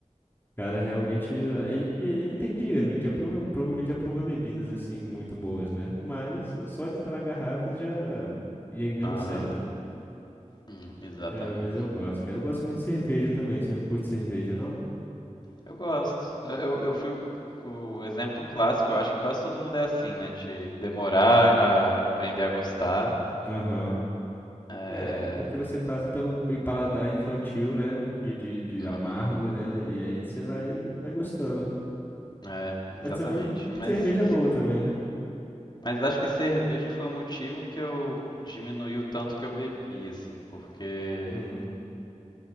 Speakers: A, on the left; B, on the left.
A: Cara, realmente, eh, ele, porque ele tem dinheiro, ele já prova- provavelmente já provou bebidas assim muito boas, né? Mas só de estar na garrafa já, já engana
B: Aham,
A: o cérebro.
B: Hum, exatamente.
A: Cara, mas eu gosto, cara. Eu gosto muito de cerveja também. Você não curte cerveja, não?
B: Eu gosto. Eu, eu fui o, o exemplo clássico, eu acho que quase todo mundo é assim, né? De demorar a aprender a gostar.
A: Aham.
B: É...
A: É, é porque você passa pelo pe- paladar infantil, né? De, de, de
B: Uhum.
A: amargo, né? E aí você vai, vai gostando.
B: É, exatamente.
A: Mas também
B: Mas,
A: cerveja é boa também, né?
B: mas acho que cerveja foi o motivo que eu diminui o tanto que eu bebi, assim, porque
A: Hum,